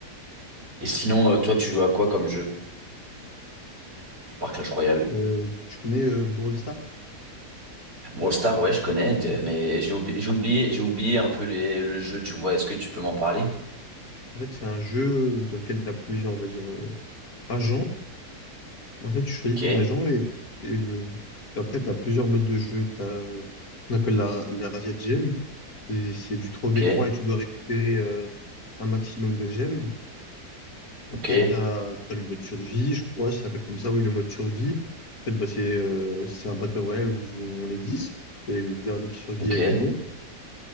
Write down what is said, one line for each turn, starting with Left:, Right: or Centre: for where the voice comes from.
Right: Et sinon, euh, toi, tu joues à quoi comme jeu? Par Clash Royale?
Left: Euh, tu connais euh, Brawl Stars?
Right: Brawl Stars, ouais, je connais, d- mais j'ai oubli- j'ai oublié, j'ai oublié un peu les, le jeu, tu vois, est-ce que tu peux m'en parler?
Left: En fait, c'est un jeu dans lequel tu as plusieurs, on va dire, euh, agents. En fait, tu choisis
Right: Ok,
Left: ton agent et, et le... après, tu as plusieurs modes de jeu. Tu as qu'on appelle la, la Razzia Gem. Et C'est du trois
Right: ok,
Left: v trois et tu dois récupérer euh, un maximum de gemmes. Après,
Right: ok,
Left: tu as, le mode survie, je crois, ça s'appelle comme ça. Oui, le mode survie. En fait, bah, c'est euh, c'est un Battle Royale où on est 10 et le dernier qui survit
Right: ok,
Left: a gagné.